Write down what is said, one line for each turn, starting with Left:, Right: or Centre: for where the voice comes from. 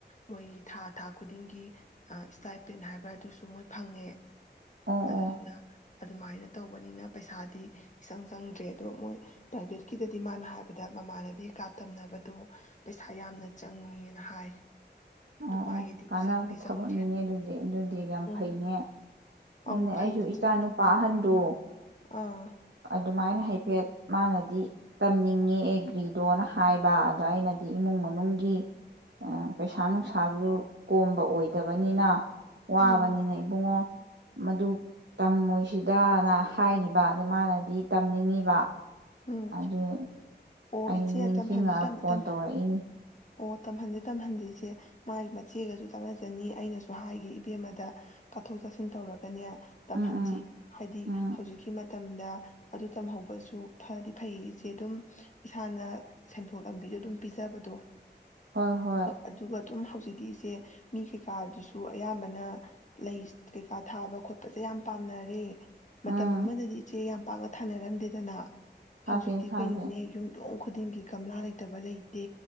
Left: ꯃꯣꯏ ꯊꯥ-ꯊꯥ ꯈꯨꯗꯤꯡꯒꯤ ꯑ-ꯏꯁꯇꯥꯏꯄꯦꯟ ꯍꯥꯏꯕ꯭ꯔꯥ ꯑꯗꯨꯁꯨ ꯃꯣꯏ ꯐꯪꯉꯦ
Right: ꯑꯣ ꯑꯣ
Left: ꯑꯗꯨꯗꯨꯅ
Right: ꯑꯣ
Left: ꯑꯗꯨꯃꯥꯏꯅ ꯇꯧꯕꯅꯤꯅ ꯄꯩꯁꯥꯗꯤ ꯏꯆꯪ ꯆꯪꯗ꯭ꯔꯦ ꯑꯗꯣ ꯃꯣꯏ ꯄ꯭ꯔꯥꯏꯚꯦꯠꯀꯤꯗꯗꯤ ꯃꯥꯅ ꯍꯥꯏꯕꯗ ꯃꯃꯥꯟꯅꯕꯤ ꯀꯥ ꯇꯝꯅꯕꯗꯣ ꯄꯩꯁꯥ ꯌꯥꯝꯅ ꯆꯪꯉꯦꯅ ꯍꯥꯏ
Right: ꯑꯣ
Left: ꯑꯗꯣ ꯃꯥꯒꯤꯗꯤ
Right: ꯑꯣ ꯀꯥꯟꯅꯕ
Left: ꯏꯆꯪꯗꯤ
Right: ꯊꯕꯛꯅꯤꯅꯦ
Left: ꯆꯪꯗ꯭ꯔꯦ
Right: ꯑꯗꯨꯗꯤ ꯑꯗꯨꯗꯤ ꯌꯥꯝ
Left: ꯎꯝ
Right: ꯐꯩꯅꯦ ꯑꯗꯨꯅꯦ
Left: ꯑꯧ ꯐꯩ
Right: ꯑꯩꯁꯨ
Left: ꯏꯆꯦ
Right: ꯏꯆꯥ ꯅꯨꯄꯥ ꯑꯍꯟ ꯗꯣ
Left: ꯑꯥ
Right: ꯑꯗꯨꯃꯥꯏꯅ ꯍꯥꯏꯐꯦꯠ ꯃꯥꯅꯗꯤ ꯇꯝꯅꯤꯡꯉꯦ ꯑꯦꯒ꯭ꯔꯤꯗꯣꯅ ꯍꯥꯏꯕ ꯑꯗ ꯑꯩꯅꯗꯤ ꯏꯃꯨꯡ ꯃꯅꯨꯡꯒꯤ ꯑ ꯄꯩꯁꯥ ꯄꯩꯁꯥ ꯅꯨꯡꯁꯥꯁꯨ ꯀꯣꯝꯕ ꯑꯣꯏꯗꯕꯅꯤꯅ ꯋꯥꯕꯅꯤꯅ
Left: ꯎꯝ
Right: ꯏꯕꯨꯡꯉꯣ ꯃꯗꯨ ꯇꯝꯃꯣꯏꯁꯤꯗꯅ ꯍꯥꯏꯒꯤꯕ ꯑꯗ ꯃꯥꯅꯗꯤ ꯇꯝꯅꯤꯡꯉꯤꯕ
Left: ꯎꯝ
Right: ꯑꯗꯨ
Left: ꯑꯣ
Right: ꯑꯩ
Left: ꯏꯆꯦ
Right: ꯅꯤꯡꯁꯤꯡꯉꯛꯑ
Left: ꯇꯝꯍꯟꯁꯨ ꯇꯝꯍꯟ
Right: ꯐꯣꯟ ꯇꯧꯔꯛꯏꯅꯤ
Left: ꯑꯣ ꯇꯝꯍꯟꯂꯨ ꯇꯝꯍꯟꯗꯤ ꯏꯆꯦ ꯃꯥꯒꯤ ꯃꯆꯦꯒꯁꯨ ꯇꯥꯟꯅꯖꯅꯤ ꯑꯩꯅꯁꯨ ꯍꯥꯏꯒꯦ ꯏꯕꯦꯝꯃꯗ ꯇꯥꯊꯣꯛ ꯇꯥꯁꯤꯟ ꯇꯧꯔꯒꯅꯦ ꯇꯝꯍꯟꯁꯤ
Right: ꯎꯝ ꯎꯝ
Left: ꯍꯥꯏꯗꯤ
Right: ꯎꯝ
Left: ꯍꯧꯖꯤꯛꯀꯤ ꯃ ꯇꯝꯗ ꯑꯗꯨ ꯇꯝꯍꯧꯕꯁꯨ ꯐꯗꯤ ꯐꯩꯌꯦ ꯏꯆꯦ ꯑꯗꯨꯝ ꯏꯁꯥꯅ ꯁꯦꯟꯊꯣꯛ ꯂꯝꯕꯤꯗꯣ ꯑꯗꯨꯝ ꯄꯤꯖꯕꯗꯣ
Right: ꯍꯣꯏ ꯍꯣꯏ
Left: ꯑꯗꯨꯒ ꯑꯗꯨꯝ ꯍꯧꯖꯤꯛꯇꯤ ꯏꯆꯦ ꯃꯤ ꯀꯩꯀꯥꯗꯨꯁꯨ ꯑꯌꯥꯝꯕꯅ ꯂꯩ ꯀꯩꯀꯥ ꯊꯥꯕ ꯈꯣꯠꯄꯁꯦ ꯌꯥꯝ ꯄꯥꯝꯅꯔꯦ ꯃꯇꯝ
Right: ꯎꯝ
Left: ꯑꯃꯗꯗꯤ ꯏꯆꯦ ꯌꯥꯝ ꯄꯥꯛꯅ ꯊꯥꯅꯔꯝꯗꯦꯗꯅ
Right: ꯊꯥꯗꯦ
Left: ꯍꯧꯖꯤꯛꯇꯤ
Right: ꯊꯥꯗꯦ
Left: ꯀꯩꯅꯣꯅꯦ ꯌꯨꯝꯊꯣꯡ ꯈꯨꯗꯤꯡꯒꯤ ꯒꯝꯂꯥ ꯂꯩꯇꯕ ꯂꯩꯇꯦ